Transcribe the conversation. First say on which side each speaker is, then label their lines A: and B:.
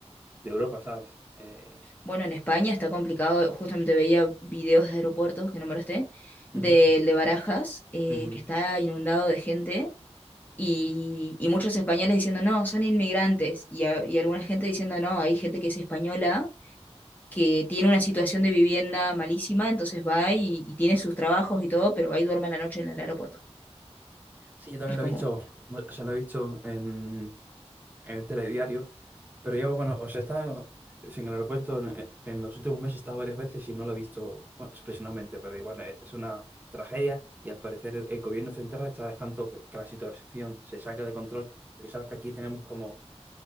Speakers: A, on the right (about 15°); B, on the left (about 15°).
A: de Europa, ¿sabes? Eh,
B: Bueno, en España está complicado, justamente veía videos de aeropuertos que no me lo esté
A: ujú,
B: del de Barajas, eh,
A: ujú.
B: que está inundado de gente y, y muchos españoles diciendo, no, son inmigrantes, y, a- y alguna gente diciendo, no, hay gente que es española, que tiene una situación de vivienda malísima, entonces va y, y tiene sus trabajos y todo, pero va y duerme a la noche en el aeropuerto.
A: Sí, yo también
B: Es
A: lo
B: como,
A: he visto, o sea, lo he visto en, en el telediario, pero yo, bueno, o sea, estaba en el aeropuerto en, eh, en los últimos meses, he estado varias veces y no lo he visto bueno, especialmente, pero igual eh, es una tragedia y al parecer el, el gobierno central está dejando que, que la situación se saque de control, porque sabes que aquí tenemos como